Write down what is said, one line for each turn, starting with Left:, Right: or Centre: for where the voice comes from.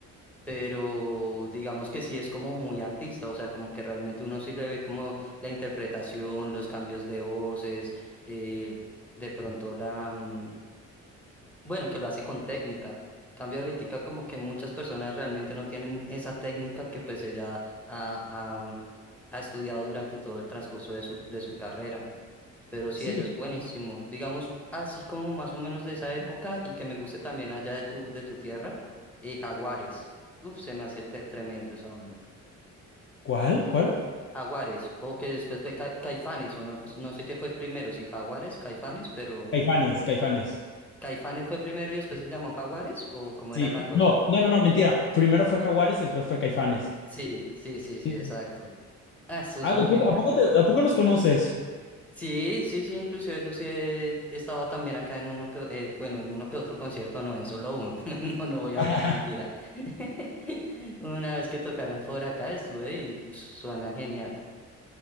Centre: pero digamos que sí es como muy artista, o sea, como que realmente uno sí le ve como la interpretación, los cambios de voces, eh, de pronto la... mm, bueno, que lo hace con técnica. Cambia ahorita como que muchas personas realmente no tienen esa técnica que pues ella ha, ha- mm, ha estudiado durante todo el transcurso de su, de su carrera. Pero sí,
Left: Sí.
Centre: ella es buenísimo. Digamos, así como más o menos de esa época y que me guste también allá de tu, de tu tierra, eh, Jaguares. Uf, se me hace te- tremendo esa banda.
Left: ¿Cuál? ¿Cuál?
Centre: Jaguares, o que después fue Ca- Caifanes, o no, pues, no sé qué fue primero, si Jaguares, Caifanes, pero...
Left: Caifanes, Caifanes.
Centre: ¿Caifanes fue primero y después se llamó Jaguares? ¿O cómo
Left: Sí,
Centre: era la
Left: que-
Centre: cosa?
Left: no, no, no, no, mentira. Primero fue Jaguares y después fue Caifanes.
Centre: Sí, sí, sí, sí,
Left: Sí.
Centre: exacto. Ah, esos
Left: Ah,
Centre: son
Left: ¿a
Centre: geniales.
Left: poco, a poco te- a poco los conoces?
Centre: Sí, sí, sí, inclusive yo sí he estado también acá en uno que, eh, bueno, en uno que otro concierto, no, en solo uno. <laughs> No, no voy a
Left: <laughs>
Centre: hablar mentira. <laughs> Una vez que tocaron por acá estuve y pues, suena genial.